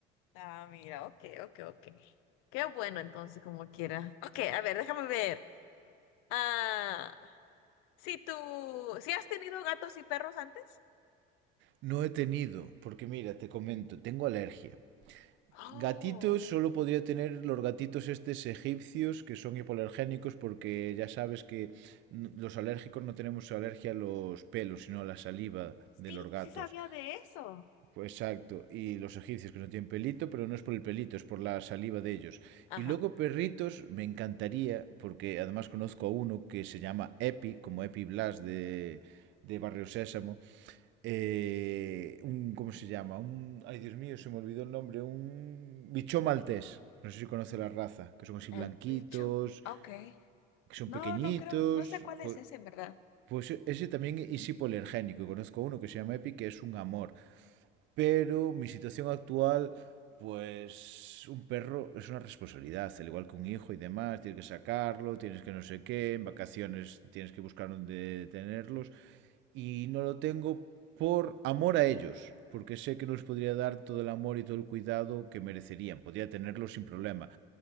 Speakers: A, on the left; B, on the right.
A: Ah, mira, ok, ok, ok. Qué bueno entonces, como quiera. Ok, a ver, déjame ver. Ah, si tú, si has tenido gatos y perros antes?
B: No he tenido, porque mira, te comento, tengo alergia.
A: Oh.
B: Gatitos solo podría tener los gatitos estos egipcios que son hipoalergénicos porque ya sabes que n- los alérgicos no tenemos alergia a los pelos, sino a la saliva
A: Sí,
B: de los gatos.
A: sí sabía de eso.
B: Pues exacto. Y los egipcios que no tienen pelito, pero no es por el pelito, es por la saliva de ellos.
A: Ajá,
B: Y luego perritos, me encantaría, porque además conozco a uno que se llama Epi, como Epi Blas de, de Barrio Sésamo. eh, un, ¿cómo se llama? Un, ay, Dios mío, se me olvidó el nombre. Un bichón maltés. No sé si conoce la raza, que son así
A: el
B: blanquitos,
A: bicho, ok.
B: que son
A: No,
B: pequeñitos.
A: no creo, no sé cuál
B: Pues,
A: es ese, en verdad.
B: pues ese también es hipoalergénico. Y conozco a uno que se llama Epi, que es un amor pero mi situación actual, pues un perro es una responsabilidad, al igual que un hijo y demás, tienes que sacarlo, tienes que no sé qué, en vacaciones tienes que buscar dónde tenerlos y no lo tengo por amor a ellos, porque sé que no les podría dar todo el amor y todo el cuidado que merecerían, podría tenerlos sin problema,